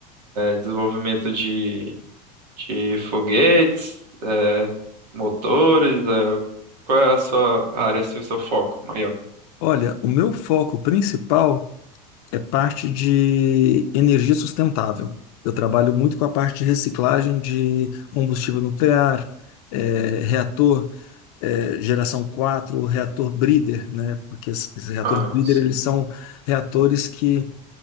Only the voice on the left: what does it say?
Olha, o meu foco principal. é parte de energia sustentável. Eu trabalho muito com a parte de reciclagem de combustível nuclear, eh, reator, eh, geração 4, reator breeder, né? Porque esses reatores
breeder,
eles são reatores que